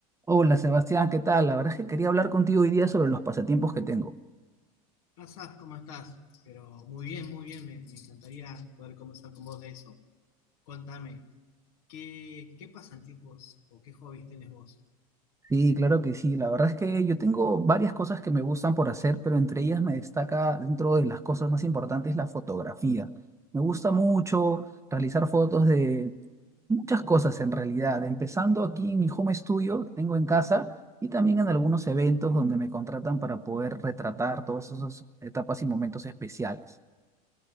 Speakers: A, on the right (about 15°); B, on the left (about 75°).
A: Hola Sebastián, ¿qué tal? La verdad es que quería hablar contigo hoy día sobre los pasatiempos que tengo.
B: Asaf, ¿cómo estás? Pero muy bien, muy bien, me, me encantaría poder conversar con vos de eso. Contame, ¿qué, qué pasatiempos o qué hobbies tenés vos?
A: Sí, claro que sí. La verdad es que yo tengo varias cosas que me gustan por hacer, pero entre ellas me destaca dentro de las cosas más importantes la fotografía. Me gusta mucho realizar fotos de muchas cosas en realidad, empezando aquí en mi home studio que tengo en casa y también en algunos eventos donde me contratan para poder retratar todas esas etapas y momentos especiales.